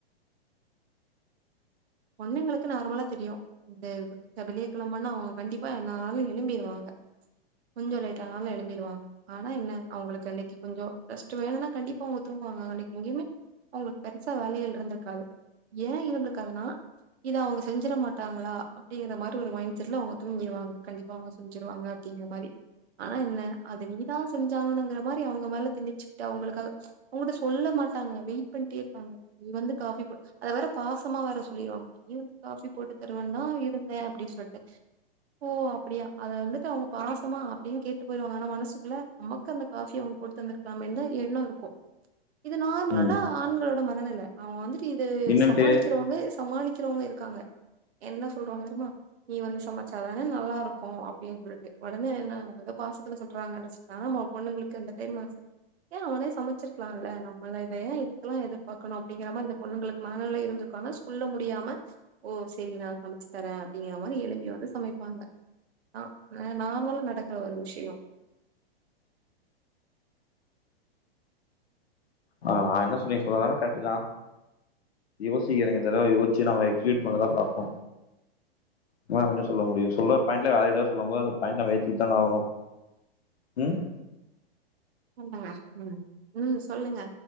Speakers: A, on the right; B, on the left.
A: பொண்ணுங்களுக்கு நாருமலா தெரியு இந்த வெ வெளிய கெழம்பான்னா அவுங்க கண்டிப்பா என்னாலு எழும்பிருவாங்க கொஞ்ச லேட் ஆனாலு எழும்பிருவாங்க ஆனா என்ன அவுங்களுக்கு அன்னைக்கு கொஞ்சோ ரெஸ்டு வேணும்னா கண்டிப்பா அவுங்க தூங்குவாங்க அன்னைக் எங்கியுமே அவுங்குளுக் பெருசா வேலைகள் இருந்திருக்காது ஏன் இருந்து க்காதுனா இத அவுங்க செஞ்சிட மாட்டாங்களா அப்டிங்கற மாரி ஒரு மயிண்செட்ல அவுங்க தூங்கிருவாங்க கண்டிப்பா அவுங்க செஞ்சுருவாங்க அப்பிடிங்கிற மாரி அனா என்ன அது நீதா செஞ்ஞாங்குனு மாரி அவுங்க மேல தினிச்சிஞ்டா அவுங்களுக்காக ஒங்குட்ட சொல்ல மாட்டாங்க வெயிட் பண்ணிட்டே இருப்பாங்க நீ வந்து காபி போட் அத வேற பாஸ் சம்மா வேற சொல்லிருவாங்க நீ வந்து காபி போட்டு தருவன் தா இருந்தே அப்டின் சொல்லிட்டு ஓ அப்டியா அத வந்துட்டு அவுங்க பாசமா அப்டின் கேட்டு போயிருவாங்க அனா மனசுக்குள்ள நமக்கு அந்த காபி அவுங் போட்டு தந்திருக்கலாமே தா எண்ணோ இருக்கு இது நார்மலனா
B: ம்
A: ஆண்களோட மனநல அவுங்க வந்துட் இது
B: என்னன்ட்டு
A: சமாளிக் வெக்கிறவோங்க சமாளிக்கிறவுங்க இருப் க்காங்க என்ன சொல்லறோங் தெரியுமா நீ வந்து சமச்சாதான நல்லா இருக்கு அப்டின் சொல்லிட்டு ஒடனே என்ன <unintelligible> எதோ பாசத்துல சொல்றாங்க <unintelligible> பொண்ணுங்களுக்கு அந்த டைம் மனசுல ஏன் அவனே சமச்சிருக்கலால நம்முளவே இதுக்குல்லா எதிர்பாக்கணும் அப்டிங்கிற மாரி இந்த பொண்ணுங்களுக்கு மனநெல இருந்துருக் க்கு அனா சொல்ல முடியாம ஓ சேரி நா சமச்சுதரே அப்டிங்கிற மாரி எழும்பி வந்து சமைப்பாங்க ஹ நெ நார்மல நடக்குற ஒரு விஷியம்
B: அட நா என்ன சொல்லீ <unintelligible> கரட்டுதா யோசிக்கிறீங்க இதல்லா யோசிச்சு <unintelligible> பண்ணதா பாப்போ அதா அவ என்ன சொல்ல முடியு சொல்ற பாயிண்ட்ல வேற விதா சொல்லும் போது அந்த பாயிண்ட நம்ம ஏத்துட்த்தான ஆகணு உம்
A: ஆமா ம் ம் சொல்லுங்க